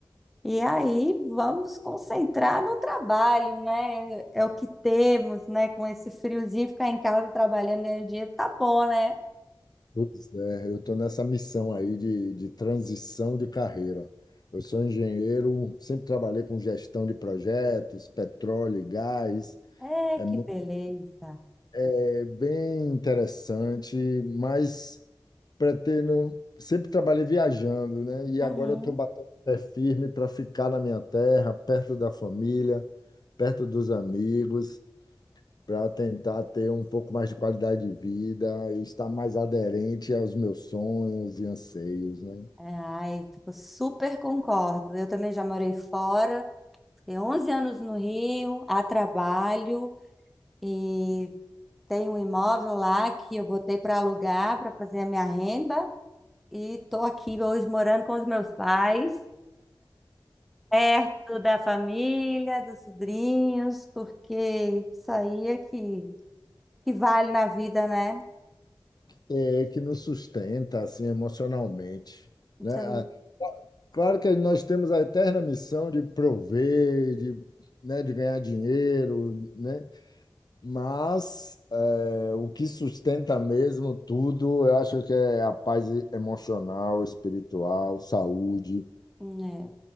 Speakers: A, in the centre; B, on the left.
A: E aí vamos concentrar no trabalho, né? É é o que temos, né? Com esse friozinho, ficar em casa trabalhando, ganhando dinheiro, tá bom, né?
B: Pois é, eu estou nessa missão aí de, de transição de carreira. Eu sou engenheiro, sempre trabalhei com gestão de projetos, petróleo e gás.
A: É,
B: É,
A: que
B: mu-
A: beleza.
B: é bem interessante, mas pretendo. Sempre trabalhei viajando, né? E
A: Uhum.
B: agora eu estou batendo o pé firme para ficar na minha terra, perto da família, perto dos amigos para tentar ter um pouco mais de qualidade de vida e estar mais aderente aos meus sonhos e anseios, né?
A: Ai, tipo, super concordo. Eu também já morei fora, fiquei 11 anos no Rio, a trabalho, e tenho um imóvel lá que eu botei para alugar, para fazer a minha renda, e estou aqui hoje morando com os meus pais. perto da família, dos sobrinhos, porque isso aí é que, que vale na vida, né?
B: É que nos sustenta assim emocionalmente,
A: Então,
B: né? Ah, Claro que nós temos a eterna missão de prover, de, né, de ganhar dinheiro, né? Mas eh, o que sustenta mesmo tudo, eu acho que é a paz emocional, espiritual, saúde
A: né?